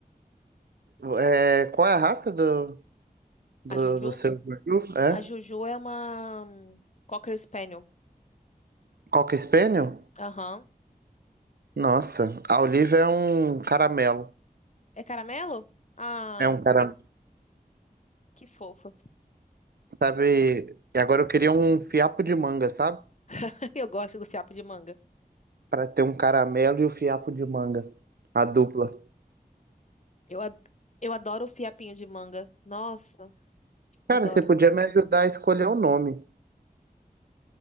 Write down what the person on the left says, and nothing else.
A Juju?
A Juju é uma hum, Cocker Spaniel.
Aham.
É caramelo? Ah,
que fofa.
<laughs> Eu gosto do fiapo de manga.
Eu, ad- eu adoro o fiapinho de manga. Nossa,
adoro.